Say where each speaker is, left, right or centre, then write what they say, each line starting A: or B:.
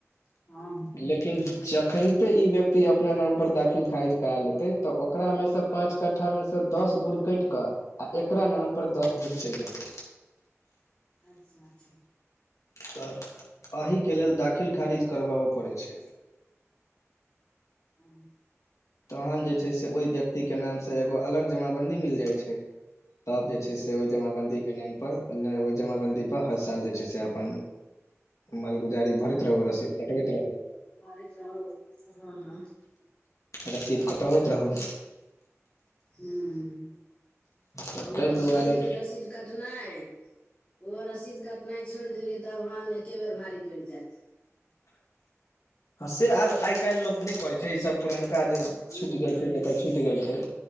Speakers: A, on the left; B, on the left.
A: हँ हँ
B: लेकिन जखैनते इ व्यक्ति त अपना नाम पर दाखिल खारिज करा लेतै तऽ ओकरा मे से पाँच कट्ठा मे से दस धूर कैट क अ एकरा नाम पर दस धूर चैल एतै
A: अच्छा अच्छा
B: त एहि के लेलऽ दाखिल खारिज करबाबऽ पड़ै छैय
A: <inaudible> हू।
B: तहन जे छैय स ओय व्यक्ति के नाम से एगो अलग जमाबंदी मिल जाय छै तब जे छैय से ओय जमाबंन्दी के नाम पर नै ओय जमाबंन्दी पर हर साल जे छैय से अपन मालगुजारी भरैत रहू रसीद कटबैत रहू।
A: भरैत रहू ह ह
B: रसीद कटबैत रहू।
A: हूँ
B: तऽ
A: उहो
B: ताहि दुआरे
A: छोड़ देलीयै रसीद। कटनाइ ओहो रसीद कटनाइ छोड़ देलियै तब हन एके बेर भारी पैड़ जेऽ
B: ह से आब आय कैल्ह लोक नै करै छैय ई सभ पुरनका जे
A: नहि
B: छुइट गेल
A: करै
B: छैय जेकर
A: छी
B: छूइट गेल छैय